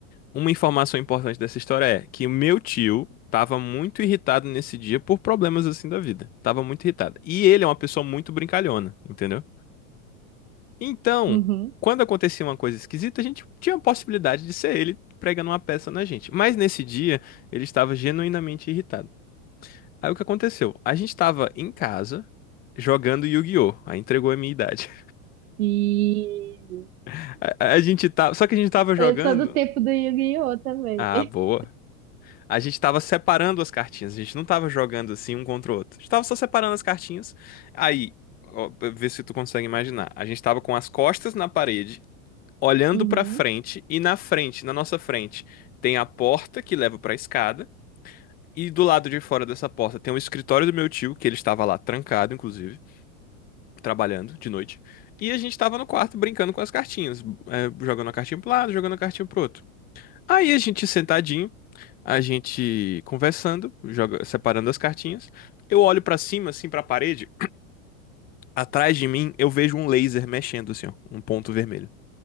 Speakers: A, on the left; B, on the right.
A: Uma informação importante dessa história é que o meu tio tava muito irritado nesse dia por problemas assim da vida. Tava muito irritado. E ele é uma pessoa muito brincalhona, entendeu? Então,
B: uhum.
A: quando acontecia uma coisa esquisita, a gente tinha a possibilidade de ser ele pregando uma peça na gente. Mas nesse dia, ele estava genuinamente irritado. Aí o que aconteceu? A gente estava em casa jogando Yu-Gi-Oh! Aí entregou a minha idade.
B: E
A: <laughs> A, a gente tava, só que a gente tava jogando.
B: eu sou do tempo do Yu-Gi-Oh! também.
A: Ah,
B: <laughs>
A: boa. A gente tava separando as cartinhas, a gente não tava jogando assim um contra o outro. A gente tava só separando as cartinhas. Aí, ó, pra ver se tu consegue imaginar. A gente tava com as costas na parede, olhando
B: Uhum.
A: pra frente, e na frente, na nossa frente, tem a porta que leva pra escada, e do lado de fora dessa porta tem o escritório do meu tio, que ele estava lá trancado, inclusive, trabalhando de noite. E a gente tava no quarto brincando com as cartinhas, eh, jogando a cartinha pro lado, jogando a cartinha pro outro. Aí a gente sentadinho a gente conversando, joga, separando as cartinhas. Eu olho pra cima, assim, pra parede. Atrás de mim, eu vejo um laser mexendo, assim, ó, um ponto vermelho.